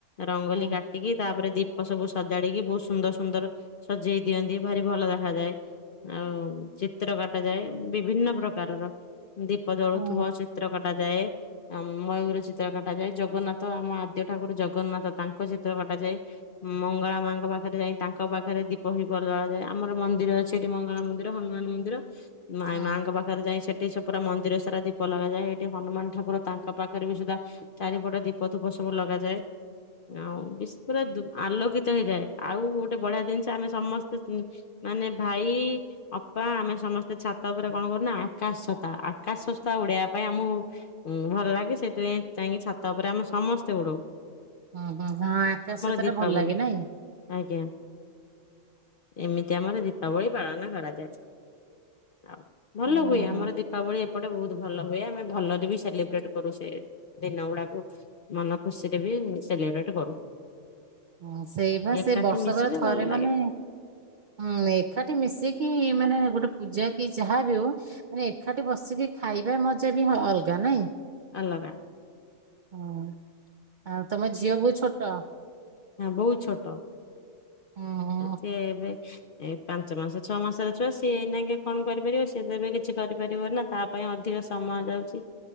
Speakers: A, on the left; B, on the right.
A: ରଙ୍ଗୋଲି
B: ହଁ
A: କାଟିକି ତାପରେ ଦୀପ ସବୁ ସଜାଡିକି ବହୁତ୍ ସୁନ୍ଦର ସୁନ୍ଦର ସଜେଇ ଦିଅନ୍ତି ଭାରି ଭଲ ଦେଖାଯାଏ। ଆଉ ଚିତ୍ର କାଟା ଯାଏ ବିଭିନ୍ନ ପ୍ରକାରର ଦୀପ ଜଳୁଥିବ
B: ହଁ
A: ଚିତ୍ର କଟା ଯାଏ। ଯାଏ। ମୟୂର ଚିତ୍ର କଟାାଯାଏ ଜଗନ୍ନାଥ ଆମ ଆଦ୍ୟ ଠାକୁର ଜଗନ୍ନାଥ ତାଙ୍କ ଚିତ୍ର କଟ୍ କଟାଯାଏ। ମଙ୍ଗଳା ମାଙ୍କ ପାଖରେ ଯାଇ ତାଙ୍କ ପାଖରେ ଦୀପ ହିପ ଲଗାଯାଏ ଆମର ମନ୍ଦିର ଅଛି। ମଙ୍ଗଳା ମନ୍ଦିର ହନୁମାନ ମନ୍ଦିର ମା
B: ହଁ
A: ମାଆଙ୍କ ପାଖ୍ ପାଖରେ ଯାଇ ସେଠି ସେ ପୁରା ମନ୍ଦିର ସାରା ଦୀପ ଲଗାଯାଏ ଏଇଠି ହନୁମାନ ଠାକୁର ତାଙ୍କ ପାଖରେ ବି ସୁଦା ଚାରିପଟ ଦୀପ ଧୂପ ସବୁ ଲଗାଯାଏ। ଆଉ ବିସ୍ ପୁରା ଦୁ ଆଲୋକିତ ହେଇଯାଏ ଆଉ ଗୋଟେ ବଢିଆ ଜିନିଷ ଆମେ ସମସ୍ତେ ମାନେ ଭାଇ ଅପା ଆମେ ସମସ୍ତେ ଛାତ ଉପରେ କଣ କରୁନା ଆକାଶ ଛତା ଆକାଶ ସସ୍ତା ଉଡେଇବା ପାଇଁ ଆମୁ ଉଁ ଭଲ ଲାଗେ ସେଇଥିପାଇଁ ଯାଇକି ଛାତ ଉପରେ ଆମେ ସମସ୍ତେ ଉଡୁ।
B: ହୁଁ ହୁଁ ହଁ ଆକାଶ ଛତା
A: ଦୀପାବଳି
B: ଭଲ ଲାଗେ ନାଇଁ?
A: ଆଜ୍ଞା ଏମିତି ଆମର ଦୀପାବଳି ପାଳନ କରାଯାଏ। ଆଉ ଭଲ
B: ହୁଁ
A: ହୁଏ ଆମର ଦୀପାବଳି ଏପ୍ ଏପଟେ ବହୁତ୍ ଭଲ ହୁଏ ଆମେ ଭଲରେ ବି ସେଲିବ୍ରେଟ କରୁ ସେ ଦିନ ଗୁଡାକୁ। ମନ ଖୁସିରେ ବି ସେଲେବ୍ରେଟ କରୁ।
B: ହଁ ସେଇବା
A: ଏକାଠି
B: ସେ ବର୍ଷକର
A: ମିଶିଲେ
B: ଥରେ
A: ଭଲ ଲାଗେ
B: ମାନେ ହୁଁ ଏକାଠି ମିଶିକି ମାନେ ଗୋଟେ ପୂଜା କି ଯାହାବି ହଉ ମା ଏକାଠି ବସିକି ଖାଇବା ମଜା ବି ଅଲଗା ନାଇଁ?
A: ଆଲଗା।
B: ହଁ ଆଉ ତମ ଝିଅ ବହୁ ଛୋଟ?
A: ହଁ ବହୁତ୍ ଛୋଟ
B: ହୁଁ ହୁଁ
A: ସେ ଏବେ ଏ ପାଞ୍ଚ ମାସ ଛଅ ମାସର ଛୁଆ ସିଏ ଏଇନା କଣପାରିବ ସିଏ ଦେବେ କିଛି କରିପାରିବ ନା? ତା ପାଇଁ ଅଧିକ ସମୟ ଯାଉଛି